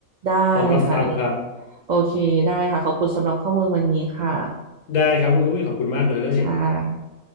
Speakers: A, on the right; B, on the left.
A: ได้
B: พร้อมรับฟังครับ
A: ค่ะโอเคได้ค่ะขอบคุณสำหรับข้อมูลวันนี้ค่ะ
B: ได้ครับคุณอุ้ยขอบคุณมากเลย
A: ค่ะ